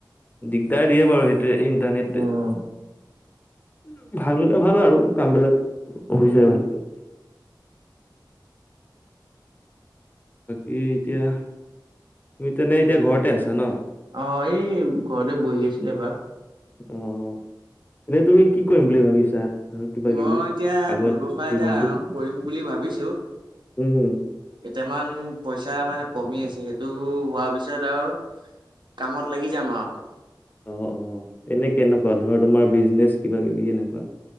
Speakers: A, on the left (about 25°); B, on the right (about 75°).
A: দিগদাৰ দিয়ে বাৰু সেইটোৱে ইন্টাৰনেটোৱে
B: উম।
A: ভাল হ'লে ভাল আৰু কাম বিলাক হৈ
B: উম।
A: যায় ভালকে। বাকী এতিয়া তুমি তেনে এতিয়া ঘৰতে আছা ন'?
B: অ', এই ঘৰতে বহি আছিলোঁ এপাক।
A: অ', এনেই তুমি কি কৰিম বুলি ভাবিছা? ধৰ কিবা
B: মই
A: কিবি
B: এতিয়া
A: আগত
B: ব্যৱসায়
A: জীৱনটোত
B: এটা আৰম্ভ কৰিম বুলি ভাবিছোঁ।
A: উম।
B: কেইটামান পইচা মানে কমি আছে, সেইটো হোৱাৰ পিছত আৰু কামত লাগি যাম আৰু।
A: অ', অ', এনে কেনেকুৱা ধৰ, তোমাৰ বিজনেচ কিবা কিবি এনেকুৱা?